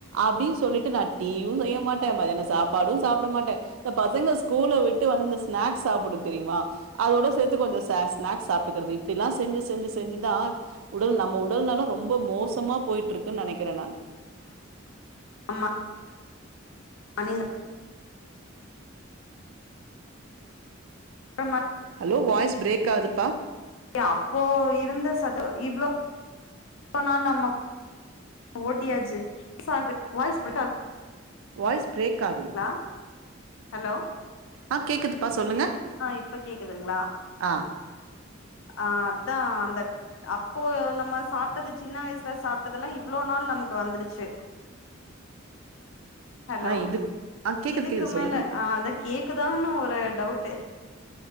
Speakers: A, on the right; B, on the left.
A: அப்டின் சொல்லிட்டு நா டீயு செய்ய மாட்ட மதியானோ சாப்பாடு சாப்ட மாட்ட இந்த பசங்க ஸ்கூல விட்டு வந்து இந்த ஸ்நாக்ஸ் சாப்புடு தெரியுமா அதோட சேத்து கொஞ்சோ ஸ்நாக்ஸ் சாப்ட்டுக்குறது இப்டில்லா செஞ்சு செஞ்சு செ ஞ்சுதா உடல் நம்ம உடல் நலோ ரொம்ப மோசமா போயிட்டு இருக்கு நெனைக்கிற நானு
B: ஆமா நீங்க சொல்ற
A: ஹலோ வாய்ஸ் பிரேக் ஆதுப்பா
B: எ அப்போ இருந்த சத்து இவ்ளோ இவ்ளோ நாள் நம்ம ஓட்டியாச்சு சோ அது வாய்ஸ் பிரேக்கா
A: வாய்ஸ் பிரேக் ஆகு
B: அ ஹலோ
A: அ கேக்குதுப்பா சொல்லுங்க
B: அ இப்ப கேக்குதுங்ளா
A: ஆ
B: அ அதா அந்த அப்போ நம்ம சாப்ட்டது சின்ன வயசுல சாப்ட்டதல்லா இவ்ளோ நாள் நமக்கு வந்துடுச்சு ஹலோ
A: ஆனா இது ஆ கேக்குது
B: இதுக்கு
A: கேக்குது
B: மேல
A: சொல்லுங்க
B: அ அதா கேக்குதான்னு ஒரு டவுட்டு